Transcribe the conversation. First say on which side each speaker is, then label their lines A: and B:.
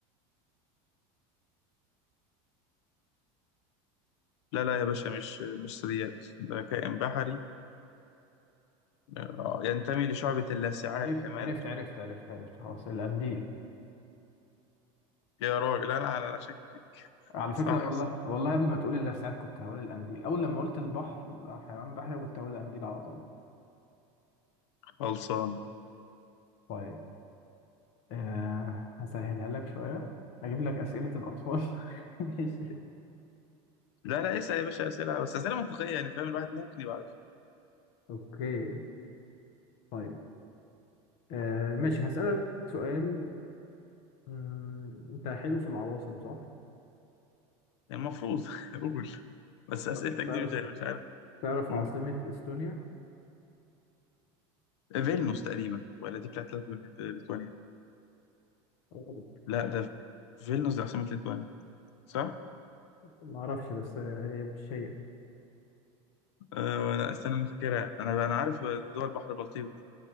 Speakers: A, on the left (about 80°); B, on the left (about 45°).
A: لا لا يا باشا مش مش ثدييات ده كائن بحري آه، ينتمي لشعبة اللاسعات
B: عرفت
A: كمان
B: عرفت عرفت عرفت عرفت خلاص القنديل
A: يا راجل أنا أنا أنا شاكك فيك <laughs>
B: على
A: صح
B: فكرة والله
A: صح
B: والله قبل ما تقول اللسعات كنت هقول القنديل أول لما قلت البحر بقى حيوان بحري كنت هقول القنديل على طول
A: خلصان
B: طيب آه هسهلها لك شوية هجيب لك أسئلة الأطفال <laughs> ماشي
A: لا لا اسأل يا باشا أسئلة بس أسئلة منطقية يعني فاهم الواحد ممكن يبقى عارف
B: اوكي طيب آه ماشي هسألك سؤال مم، انت حلو في العواصم صح؟
A: يعني المفروض <laughs> قول بس أسئلتك
B: طب تعرف
A: دي مش مش عارف
B: تعرف
A: قول
B: عاصمة استونيا؟
A: فيلنوس تقريبا ولا دي بتاعت لاتوانيا ليتوانيا
B: غلط
A: لا ده فيلنوس ده عاصمة ليتوانيا صح؟
B: ما اعرفش بس آه، هي مش هي
A: أه لا استنى انا فاكرها انا انا عارف دول بحر البلطيق دي